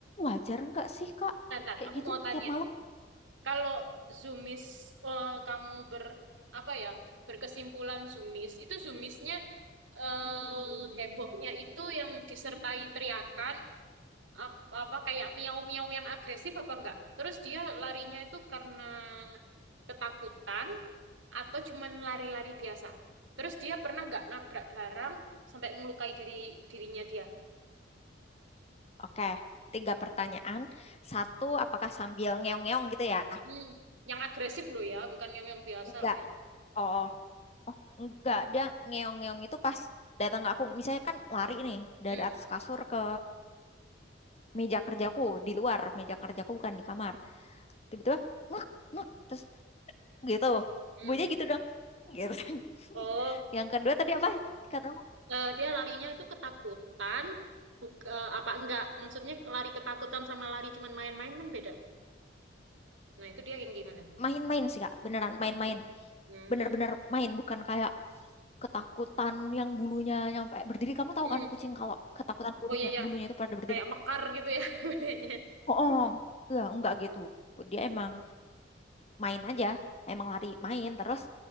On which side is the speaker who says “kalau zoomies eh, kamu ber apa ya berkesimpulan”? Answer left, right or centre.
Right